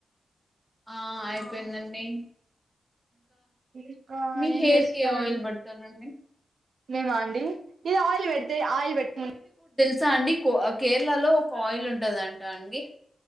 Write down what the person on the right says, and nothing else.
ఇంకా
ఏం
చేస్తున్నారండి
మేమాండి ఇగ ఆయిల్ పెట్టీ ఆయిల్ బెట్టీ